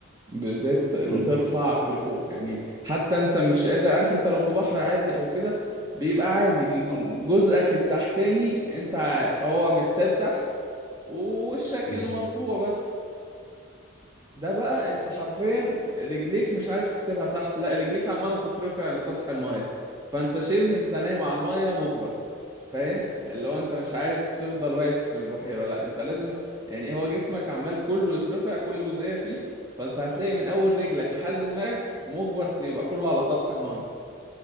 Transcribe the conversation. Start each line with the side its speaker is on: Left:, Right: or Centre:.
Right: ب- زي بت- بترفعك
Centre: مم.
Right: لفوق يعني حتى انت مش قادر عارف انت لو في بحر عادي او كده بيبقى عادي ج-
Centre: آه.
Right: جزءك التحتاني انت ع- هو متساب تحت ووشك
Centre: مم.
Right: اللي مرفوع بس ده بقى انت حرفيا رجليك مش عارف تسيبها تحت لا رجليك عماله تترفع لسطح المايه فانت شبه انت نايم على المايه مجبر فاهم اللي هو انت مش عارف تفضل واقف في البحيره لا انت لازم يعني هو جسمك عمال كله يترفع كل جزئيه فيه فانت هتلاقي من اول رجلك لحد دماغك مجبر يبقى كله على سطح المايه